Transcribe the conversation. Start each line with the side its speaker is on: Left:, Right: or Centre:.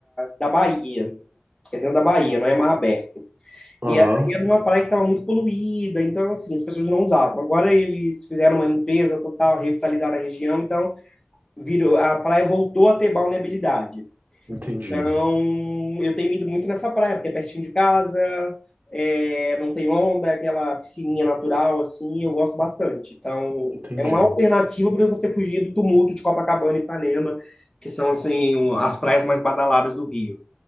Left: da Bahia. que é dentro da Bahia, não é mar aberto.
Right: Aham,
Left: E essa aí era uma praia que estava muito poluída, então, assim, as pessoas não usavam. Agora eles fizeram uma limpeza total, revitalizaram a região, então virou, a praia voltou a ter balneabilidade.
Right: entendi.
Left: Então, eu tenho ido muito nessa praia, porque é pertinho de casa, é, não tem onda, é aquela piscininha natural, assim, eu gosto bastante. Então,
Right: Entendi.
Left: é uma alternativa para você fugir do tumulto de Copacabana e Ipanema, que são, assim, um- as praias mais badaladas do Rio.